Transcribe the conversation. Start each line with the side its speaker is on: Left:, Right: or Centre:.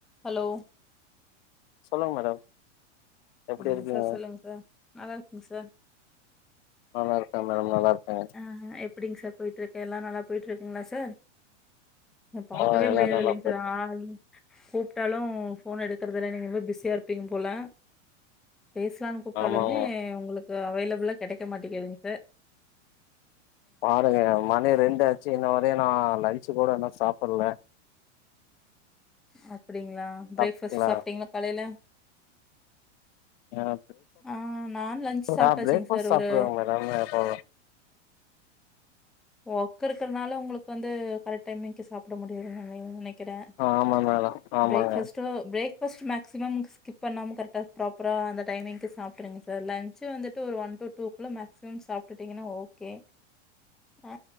Centre: Hello
Left: சொல்லுங்க madam எப்டி
Centre: ஆஹ
Left: இருக்கீங்க
Centre: சார் சொல்லுங்க சார் நல்லா இருக்குங்க சார்
Left: நல்லா இருக்கே மேடம் நல்லா இருக்கே
Centre: ஆஹ் எப்படிங்க சார் போயட்டு இருக்கே எல்லாம் நல்லா போயட்டு இருக் குங்களா சார் பாக்கவே
Left: ஆ எல்லா
Centre: முடியாது
Left: நல்லா
Centre: இல்லைங்க
Left: போய்
Centre: சார் ஆ கூப்பிட்டாலும் போன் எடுக்கறதல்ல நீங்க ரொம்ப பிஸியா இருப்பீங்க போல பேசலாம்னு கூப்பிட்டாலுமே
Left: ஆமாங்க
Centre: உங்களுக்கு அவைலபுளா கிடைக்க மாட்டேங்கி து
Left: பாருங்க மணி ரெண்டாச்சு இன்ன வரையும் நான் லஞ்சு கூட என்ன சாப்ப பல்ல
Centre: அ அப்படிங்களா பிரேக்ஃபாஸ்ட்
Left: ஓகேங்களா
Centre: சாப்பிட்டீங்களா காலையில
Left: ஆஹ்
Centre: ஆ நா லன்ச் சாப்ட்டாச்சுங்க
Left: ஆஹ் பிரேக்ா்ட்
Centre: சார்
Left: சாப்பிடுவாங்க
Centre: ஒரு
Left: மேடம்
Centre: உட்கருக்கறனால உங்களுக்கு வந்து கரெக்ட் டைமுக்கு சாப்பிட முடியதுன்ன ந நினைக்கிறேன்
Left: ஆ ஆமா மேடம் ஆமாங்க
Centre: ேக்பாஸ்டக் ஃாஸ்ட் மாக்ஸிமும் ஸ்கிப் பண்ணாம கரெட்டா ப்ராப்பரா அந்த டைமிங்கு சாப்பிருங்க சார் லன்ு வந்துட்டு ஒ டூள்ள மேசிமம் சாட்டீங்கன்னா ஓகே ஆ